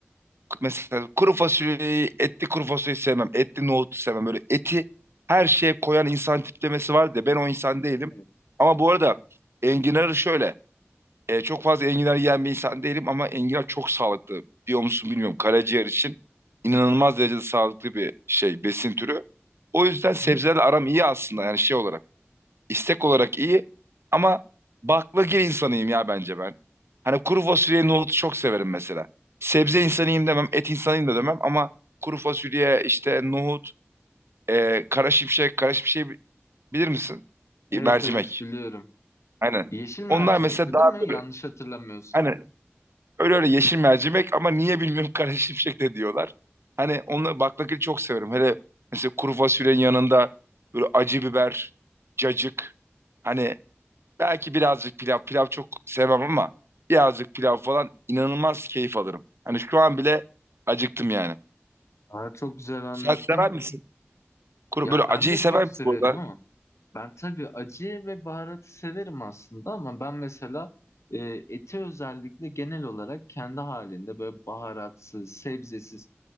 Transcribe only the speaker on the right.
mesela kuru fasulyeyi etli kuru fasulyeyi sevmem. Etli nohutu sevmem. Böyle eti her şeye koyan insan tiplemesi var da ben o insan değilim.
Ama bu arada enginarı şöyle e, çok fazla enginar yiyen bir insan değilim ama enginar çok sağlıklı. Biliyor musun bilmiyorum karaciğer için inanılmaz derecede sağlıklı bir şey besin türü. O yüzden
sebzelerle
aram iyi aslında yani şey olarak. İstek olarak iyi ama baklagil insanıyım ya bence ben. Hani kuru fasulye nohutu çok severim mesela. Sebze insanıyım demem, et insanıyım da demem ama kuru fasulye işte nohut, e, kara şimşek, kara şimşeği bi- bilir misin?
E, mercimek.
Aynen.
Onlar mesela daha
böyle
hani öyle öyle yeşil mercimek ama niye bilmiyorum <laughs> kara şimşek de diyorlar. Hani onları baklagili çok severim. Hele mesela kuru fasulyenin yanında böyle acı biber, cacık. Hani Belki birazcık pilav. Pilav çok sevmem ama birazcık pilav falan inanılmaz keyif alırım. Hani şu an bile acıktım yani.
Sen sever misin? Kuru,
böyle acıyı
sever
misin
bu arada?